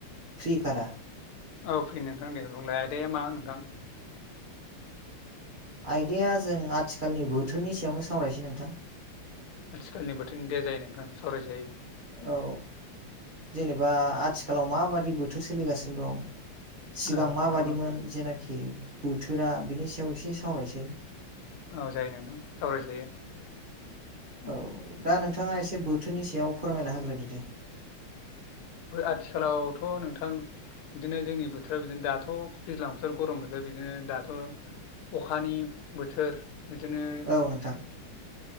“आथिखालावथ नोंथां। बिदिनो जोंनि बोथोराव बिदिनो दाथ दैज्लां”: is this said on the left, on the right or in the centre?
Left